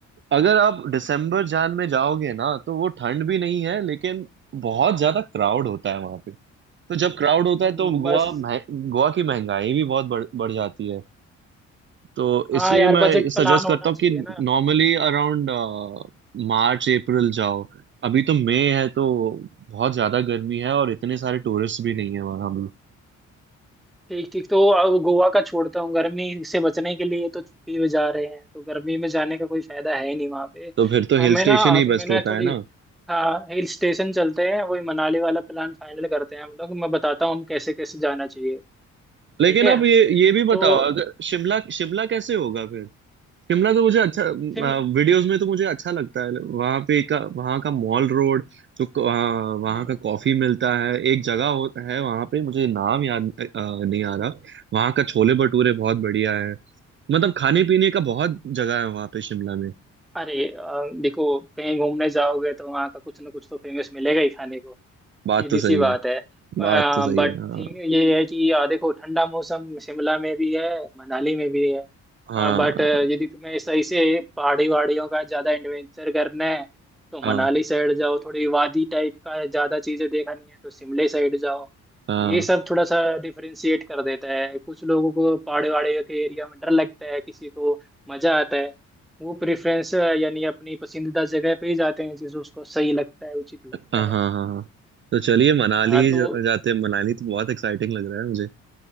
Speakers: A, on the right; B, in the centre.
A: अगर आप दिसंबर जान में जाओगे ना तो वो ठंड भी नहीं है लेकिन बहुत ज्यादा क्राउड होता है वहां पे तो जब क्राउड होता
B: हम्म,
A: है तो गोवा
B: बस
A: मह- गोवा की महंगाई भी बहुत बढ़ बढ़ जाती है तो
B: हाँ
A: इसलिए
B: यार
A: मैं
B: बजट प्लान
A: सजेस्ट
B: होना
A: करता हूँ
B: चाहिए
A: कि
B: ना
A: नॉर्मली अराउंड मार्च अप्रैल जाओ अभी तो मई है तो बहुत ज्यादा गर्मी है और इतने सारे टूरिस्ट भी नहीं है वहां
B: ठीक ठीक तो अब गोवा का छोड़ता हूँ गर्मी से बचने के लिए तो छुट्टी में जा रहे हैं तो गर्मी में जाने का कोई फायदा है ही नहीं वहाँ पे
A: तो फिर तो
B: अ,
A: हिल
B: मैं
A: स्टेशन
B: ना
A: ही
B: तो
A: बेस्ट
B: मैंने
A: होता
B: थोड़ी
A: है ना
B: हाँ हिल स्टेशन चलते हैं वही मनाली वाला प्लान फाइनल करते हैं हम लोग मैं बताता हूँ हम कैसे कैसे जाना चाहिए
A: लेकिन
B: ठीक है
A: आप ये ये भी बताओ
B: तो
A: अगर शिमला शिमला कैसे होगा फिर शिमला तो मुझे अच्छा
B: फिर
A: वीडियोस में तो मुझे अच्छा लगता है वहां पे का वहां का मॉल रोड जो क- वहाँ वहाँ
B: हम्म,
A: का कॉफी मिलता है एक जगह होता है वहां पे मुझे नाम याद अ, नहीं आ रहा वहां का छोले भटूरे बहुत बढ़िया है मतलब खाने पीने का बहुत जगह है वहां पे शिमला में
B: अरे अ, देखो कहीं घूमने जाओगे तो वहाँ का कुछ ना कुछ तो फेमस मिलेगा ही खाने को
A: बात
B: सीधी
A: तो
B: सी
A: सही
B: बात
A: है
B: है
A: बात तो सही
B: बट
A: है हाँ
B: थिंग ये है कि अ, देखो ठंडा मौसम शिमला में भी है मनाली में भी है
A: हाँ
B: बट यदि तुम्हें सही से पहाड़ी वहाड़ियों का ज्यादा एडवेंचर करना है तो
A: हाँ
B: मनाली साइड जाओ थोड़ी वादी टाइप का ज्यादा चीजें देखनी है तो शिमले साइड जाओ
A: हाँ
B: ये सब थोड़ा सा डिफरेंशिएट कर देता है कुछ लोगों को पहाड़ी वहाड़ी के एरिया में डर लगता है किसी को मजा आता है वो प्रेफरेंस यानी अपनी पसंदीदा जगह पे ही जाते हैं जिसे उसको सही लगता है उचित लगता
A: हाँ
B: है
A: हाँ हाँ हाँ। तो चलिए मनाली
B: हाँ तो
A: ज- जाते हैं मनाली तो बहुत एक्साइटिंग लग रहा है मुझे